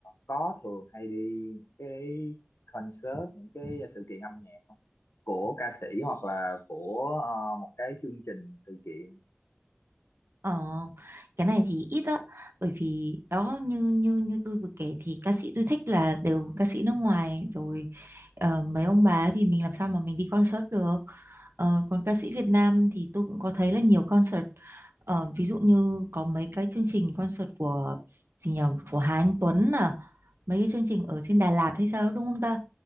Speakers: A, on the left; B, on the right.
A: có thường hay đi những cái concert những cái sự kiện âm nhạc không? của ca sĩ hoặc là của ờ, một cái chương trình sự kiện
B: Ờ, cái này thì ít á bởi vì đó như như như tôi vừa kể thì ca sĩ tôi thích là đều ca sĩ nước ngoài rồi ờ, mấy ông bà ấy thì mình làm sao mà mình đi concert được Ờ, còn ca sĩ Việt Nam thì tôi cũng có thấy là nhiều concert Ờ, ví dụ như có mấy cái chương trình concert của gì nhỉ của Hà Anh Tuấn à mấy cái chương trình ở trên Đà Lạt hay sao đúng không ta